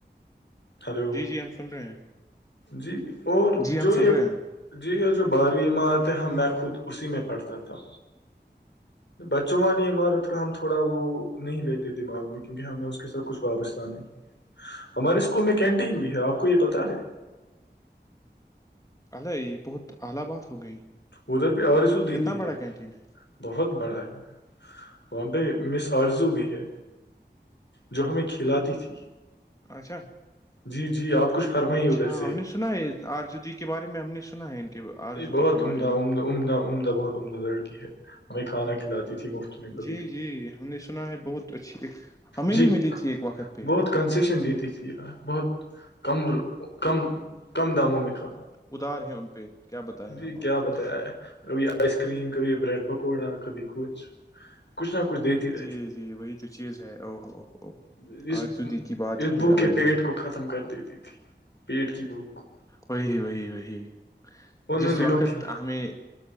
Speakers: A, on the left (about 75°); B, on the left (about 20°).
A: ہلو
B: جی جی ہم سن رہے ہیں
A: جی اور
B: جی ہم
A: جو
B: سن
A: یہ
B: رہے ہیں
A: جی یہ جو بارہویں عمارعت ہے میں خود اسی میں پڑھتا تھا بچوں والی عمارت کا ہم تھوڑا وہ نہیں لیتے دماغ میں کیونکہ ہمیں کے ساتھ کچھ وابستہ نہیں ہے ہمارے اسکول میں کینٹین بھی ہے آپ کو یہ پتا ہے
B: الے یہ بہت الی آباد ہو گئی
A: ادھر پہ آرضو دی
B: کتنا
A: دی ہے
B: بڑا کینٹین ہے
A: بہت بڑا ہے وہاں پہ مس آرزو بھی ہے جو ہمیں کھلاتی تھی
B: اچھا <unintelligible>
A: جی جی آپ کچھ <unintelligible>
B: اچھا
A: ادھر سے
B: ہم نے سنا ہے آرجتی کے بارے میں ہم نے سنا ہے کے آرزودی
A: یہی بہت
B: کے بارے
A: عمدہ
B: میں
A: عمدہ عمدہ عمدہ بہت عمدہ لڑکی ہے ہمیں کھانا کھلاتی تھی مفت میں کبھی
B: جی
A: کبھی
B: جی ہم نے سنا ہے بہت اچھی ہمیں
A: جی
B: بھی ملی تھی ایک وقت پہ
A: بہت کنسیشن دیتی تھی یار بہت کم کم کم داموں میں کھا
B: ادھار ہے ان پہ کیا بتائیں
A: جی
B: ہم
A: کیا
B: آپ کو
A: بتایا ہے کبھی آئس کریم کبھی بریڈ پکوڑا کبھی کچھ کچھ نہ کچھ دیتی رہتی
B: جی جی وہی تو چیز ہے او ہووو
A: تھی اس
B: آجزودی کی بات
A: اس
B: ہی کچھ
A: بو
B: الگ
A: کے پیٹ
B: ہے
A: کو ختم کر دیتی تھی پیٹ کی بھوک کو
B: وہی وہی وہی
A: ان
B: جس
A: دنوں
B: وقت
A: کی
B: ہمیں